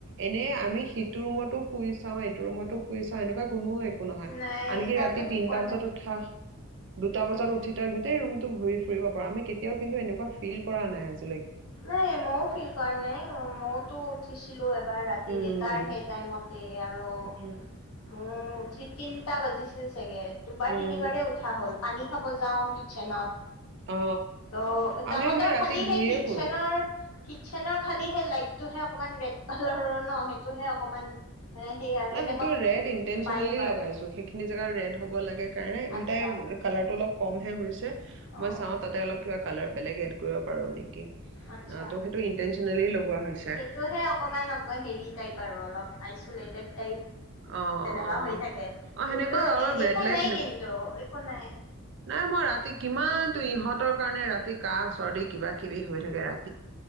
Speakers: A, on the right; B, on the left.
A: এনে আমি সিটো ৰুমতো শুই চাও, এইটো ৰুমতো শুই চাওঁ এনেকুৱা। কোনো, নহয়
B: উম নাই
A: আনকি
B: তাতে
A: ৰাতি
B: কি
A: তিনটা
B: পোৱা নাই
A: বজাত উঠা। দুটা বজাত
B: উম
A: উঠি তাইৰ গোটেই ৰুম। ঘূৰি ফুৰিব পৰা আমি কেতিয়াও কিন্তু এনেকুৱা ফিল কৰা নাই আজি।
B: নাই মই ফিল কাৰ নাই মইয়ো। টো উঠিছিলোঁ। ৰাতি
A: উম
B: দেটাৰ সেই টাইমতে আৰু
A: উম,
B: ময়ো উঠি তিনি, টা বাজিছিল। চাগে দুবাৰ
A: উম,
B: তিনিবাৰে উঠা হ'ল। পানী খাব যাওঁ কিটচেনত।
A: অ,
B: অ'' তাহঁতৰ
A: আমিও ৰাতি
B: খালি
A: ঘূৰিয়ে
B: সেই কিটচেনৰ।
A: ফুৰো।
B: কিটচেনৰ খালি সেই লাইটটোহে অকমান ৰেড কালাৰৰ ন সেইটোহে অকমান। মানে সেইয়া
A: মানে
B: তেনেকুৱা
A: সেইটো ৰেড ইনটৈনচচেলি
B: ফাইভ আৰু
A: লগাইছো সেইখিনি জেগা ৰেড হ'ব লাগে কাৰণে দুয়োটাই
B: আচ্ছা
A: কালাৰত অলপ। কমহে হৈছে।
B: অ'
A: মই চাওঁ তাতে অলপ কিবা কালাৰ। বেলেগ এড কৰিব পাৰোঁ নেকি। ত'
B: আচ্ছা
A: সেইটো ইনটেনচেনলি লগোৱা হৈছে।
B: সেইটোহে অকমান অক হেৰি টাইপ আৰু অলপ। Isolated type.
A: অ
B: তেনেকুৱা
A: অ
B: হৈ থাকে
A: অ
B: কিন্তু
A: সেনেকুৱা অলপ
B: এ
A: ৰেড
B: একো
A: লাইট
B: নাই
A: সেনে
B: কিন্তু একো নাই
A: নাই মই ৰাতি কিমান। টো ইহঁতৰ কাৰণে ৰাতি কাঁহ চৰ্দি কিবা কিবি হৈ থাকে ৰা-